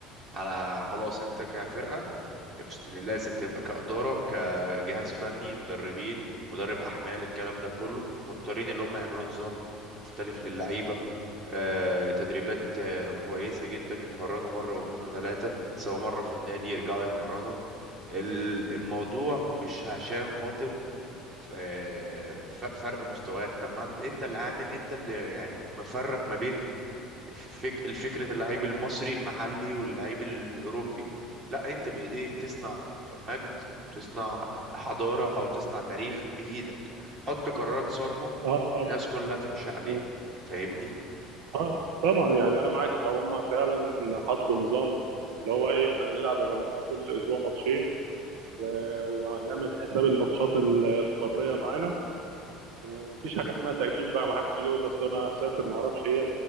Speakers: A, on the right (about 35°); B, on the right (about 75°).
A: على خلاص انت كفرقة مست- لازم تبقى كإدارة كجهاز فني مدربين مدرب أحمال الكلام ده كله مضطرين اللي هم يعملوا نظام مختلف للعيبة آه، تدريبات آه، كويسة جدا يتمرنوا مرة واتنين وتلاتة سواء مرة في النادي يرجعوا يتمرنوا ال- الموضوع مش عشان خاطر ف- آه، ف- فرق مستويات طب ما انت انت اللي عامل انت اللي يعني مفرق ما بين فك الفكرة اللعيب المصري المحلي واللعيب الأوروبي لا أنت بإيديك تصنع مجد تصنع حضارة أو تصنع تاريخ بإيدك حط قرارات صارمة
B: اه طبعا
A: الناس كلها تمشي عليها
B: مم.
A: فاهمني
B: اه طبعا يعني انا معاك لو هم فعلا حطوا نظام اللي هو ايه احنا هنلعب يا جماعه كل اسبوع ماتشين و... وهنعمل حساب الماتشات ال- القاريه معانا ومفيش حاجه اسمها تاجيل بقى ما حدش يجي يقول اصل انا هسافر ما اعرفش ايه